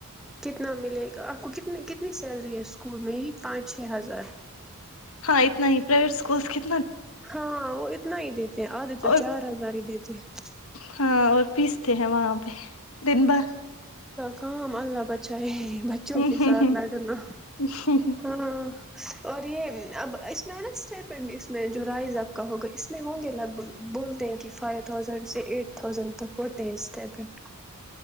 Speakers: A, in the centre; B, on the left (about 75°).
A: کتنا ملے گا آپ کو کتنی کتنی سیلری ہے اسکول میں یہ پانچ چھ ہزار
B: ہاں اتنا ہی پرائیویٹ اسکولس کت
A: ہاں وہ اتنا ہی دیتے آدھے تو
B: اور
A: چار ہزار ہی دیتے ج
B: ہاں اور پس ہیں وہاں پہ دن بھر
A: کاام اللہ بچائے بچوں
B: ہوں
A: کے ساتھ
B: ہوں
A: لڑنا
B: ہوں ہوں۔
A: ہاں اور یہ اب اس میں ہے نا اسٹیپینڈ اس میں جو رائز آپ کا ہوگا اس میں ہوں گے لگ بھگ بولتے ہیں کہ فائیو تھازینڈ سے ایٹ تھازینڈ تک ہوتے ہیں اسٹیپینڈ <inaudible>